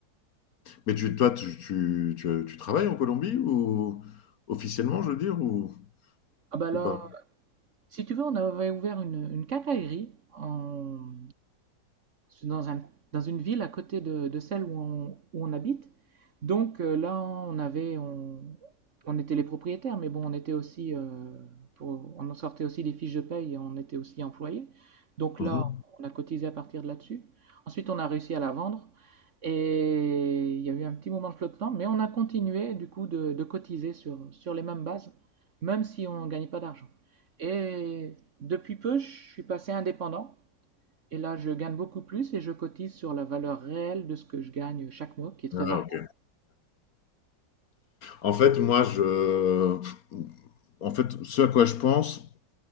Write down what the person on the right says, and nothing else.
Ah bah là,
si tu veux, on avait ouvert une, une quincaillerie en, dans un, dans une ville à côté de, de celle où on, où on habite. Donc euh, là, on avait, on, on était les propriétaires, mais bon, on était aussi, euh, pour, on en sortait aussi des fiches de paye et on était aussi employés. Donc
là, on a cotisé à partir de là-dessus. Ensuite, on a réussi à la vendre et il y a eu un petit moment de flottement, mais on a continué du coup de, de cotiser sur, sur les mêmes bases, même si on ne gagnait pas d'argent. Et depuis peu, je suis passé indépendant. Et là, je gagne beaucoup plus et je cotise sur la valeur réelle de ce que je gagne chaque mois, qui est très
variable.